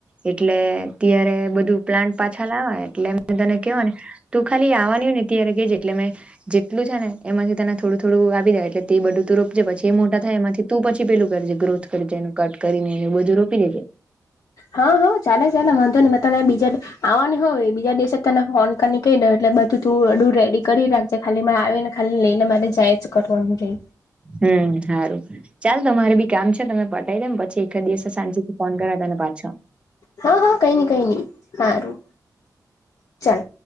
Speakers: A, on the right; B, on the left.
A: એટલે ત્યારે બધું પ્લાન્ટ પાછા લાવવા એટલે તને કેવા ને તું ખાલી આવવાની હોય ને ત્યારે કેજે એટલે મેં જેટલું છે ને એમાંથી તને થોડું થોડું આપી દેવા એટલે તે બધું તું રોપજે પછી એ મોટા થાય એમાંથી તું પછી પેલું કરજે ગ્રોથ કરજે એનું કટ કરીને એ બધું રોપી દેજે <inaudible>
B: હા હા ચાલે ચાલે વાંધો ની મેં તને બીજા આવની હોય બીજા દિવસ તને ફોન કરીને કહી દેવા એટલે બ તું <unintelligible> રેડી કરી રાખજે ખાલી મારે આવે ને ખાલી લઈને મારે જાયજ કરવાનું રહે
A: હમ્મ હારું ચાલ તો મારે બી કામ છે તમે પટાવી દેવ પ પછી એક દિવસે શાન્તિ થી ફોન કરા તને પાછો
B: હા હા કઈ નઈ કઈ નઈ સારું ચાલ